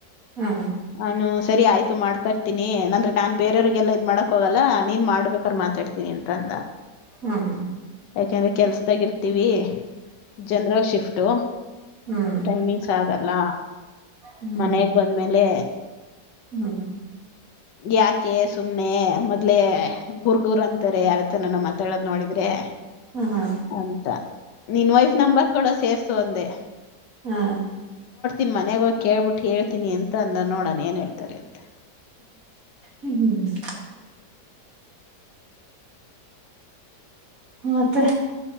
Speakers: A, on the right (about 50°); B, on the left (about 80°).
A: ಹ್ಮ್
B: ಅವ್ನು ಸರಿ ಆಯ್ತು ಮಾಡ್ಕೊರ್ತೀನಿ ನಂದರ್ ನಾನು ಬೇರೆಯವರಿಗೆಲ್ಲ ಇದ್ ಮಾಡೋಕ್ ಹೋಗಲ್ಲ ನೀನು ಮಾಡ್ಬೇಕಾದ್ರೆ ಮಾತಾಡ್ತೀನಿ ಅಂತಂದ.
A: ಹ್ಮ್ ಹ್ಮ
B: ಯಾಕೆಂದ್ರೆ ಕೆಲ್ಸದಾಗ ಇರ್ತಿವಿ ಜನರಲ್ ಶಿಫ್ಟ್ ಟ್ಟು
A: ಹ್ಮ್
B: ಟೈಮಿಂಗ್ಸ್ ಆಗಲ್ಲ
A: ಹ್ಮ್ ಹ್ಮ್
B: ಮನೆಗ್ ಬಂದ್ಮೇಲೆ
A: ಹ್ಮ್
B: ಯಕೆ ಸುಮ್ ಮೊನ್ನೆ ಮೊದ್ಲೆೇ ರ್ಗುರ್ ಗುರ್ ಅಂತಾರೆ ಯಾರತ್ರನ ಮಾತಾಡ್ ನೋಡಿದ್ರೆ ಮತ್ತೆ.
A: ಹಾ ಹಾ
B: ಅಂತ ನಿನ್ ವೈಫ್ ನಂಬರ್ ಕೊಡು ಸೇರ್ ಸು ಒಂದೇ.
A: ಹಾ
B: ನ್ ಮನೆಗ್ ಹೋಗ ಕೇಳ್ಬಿಟ್ಟು ಹೇಳ್ತಿನಿ ಅಂತ ನಿನ ನೋಡಣ ಏನ್ ಹೇಳ್ತಾರೆ ಅಂತೆ.
A: ಹ್ಮ ಮತ್ತೆ